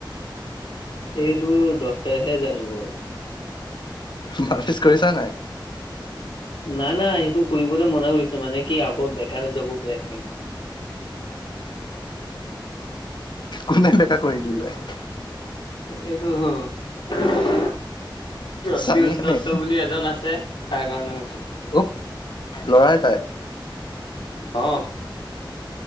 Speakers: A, on the left; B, on the left.
A: এইটো ডক্তৰেহে জানিব আৰু।
B: মালিচ কৰিছা নাই?
A: নাই নাই, সেইটো কৰিবলৈ মনা কৰিছে, মানে কি আকৌ বেকা হৈ যাব পাৰে সেনেকে।
B: কোনে বেকা কৰি দিলে?
A: এইটো <unintelligible> প্ৰটোষ
B: চানিয়ে
A: দত্ত
B: নে?
A: বুলি এজন আছে তাৰ কাৰণে হৈছো
B: উহ লৰাই তাই
A: অ